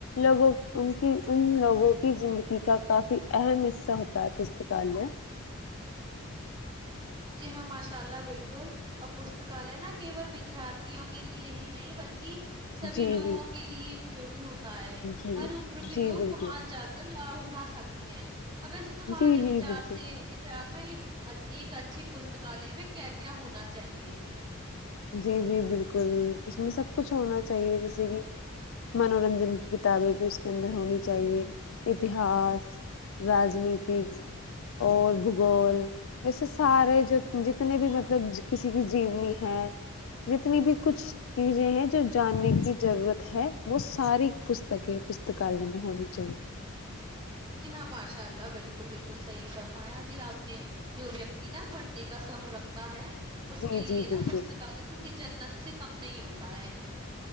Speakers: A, on the left (about 70°); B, on the right (about 20°).
A: لوگوں ان کی ان لوگوں کی زندگی کا کافی اہم حصہ ہوتا ہے پستکالیہ
B: جی ہاں ماشاء اللہ بالکل اب پستکالیہ ہینا کیول ودیارتھیوں کے لیے ہی نہیں بلکی سبھی
A: جی
B: لوگوں
A: جی
B: کے لیے اپیوگی ہوتا ہے
A: جی
B: ہر عمر کے
A: جی
B: لوگ
A: بالکل
B: وہاں جا کے ل اٹھا سکتے ہیں اب ویسے تمہارے
A: جی جی
B: وچار
A: بالکل
B: سے وچار میں ایک اچھی پستکالیہ میں کیا کیا ہونا چاہیے
A: جی جی بالکل اس میں سب کچھ ہونا چاہیے جیسے کہ منورنجن کی کتابیں بھی اس کے اندر ہونی چاہیے اتہاس راجنیتی اور بھگول ویسے سارے جتنے بھی مطلب کسی کی جیونی ہے جتنی بھی کچھ چیزیں ہیں جو جاننے کی ضرورت ہے وہ ساری پستکیں پستکالیہ میں ہونی چاہیے
B: جی ہاں ماشاء اللہ بالکل بالکل صحیح فرمایا جی آپ نے جو ویکتی نا پڑھنے کا سوب رکھتا ہے اس
A: جی
B: کے لیے
A: جی
B: نا
A: بالکل
B: پستکالیہ کسی جنت سے کم نہیں ہوتا ہے